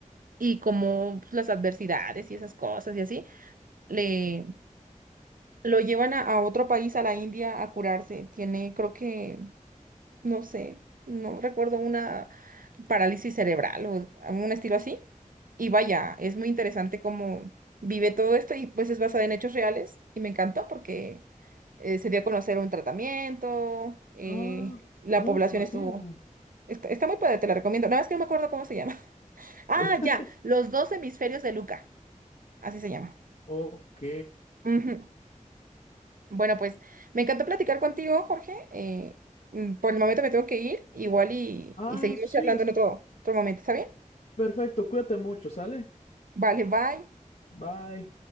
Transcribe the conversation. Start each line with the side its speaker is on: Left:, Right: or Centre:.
Right: y como pues, las adversidades y esas cosas y así, le lo llevan a, a otro país, a la India, a curarse. Tiene, creo que no sé, no recuerdo una parálisis cerebral o un estilo así. Y vaya, es muy interesante cómo vive todo esto y pues es basada en hechos reales y me encantó porque eh, se dio a conocer un tratamiento, eh,
Left: Ah,
Right: la
Left: no
Right: población
Left: la conocía.
Right: estuvo... Está, está muy padre, te la recomiendo. Nada más que no me acuerdo cómo se llama. <laughs> Ah,
Left: <laughs>
Right: ya, Los dos hemisferios de Luca, así se llama.
Left: Ok.
Right: Ujú. Bueno, pues me encantó platicar contigo, Jorge. Eh, mm, por el momento me tengo que ir, igual y,
Left: Ah,
Right: y seguimos
Left: sí,
Right: charlando
Left: es-
Right: en otro, otro momento, ¿está bien?
Left: perfecto. Cuídate mucho, ¿sale?
Right: Vale, bye.
Left: Bye.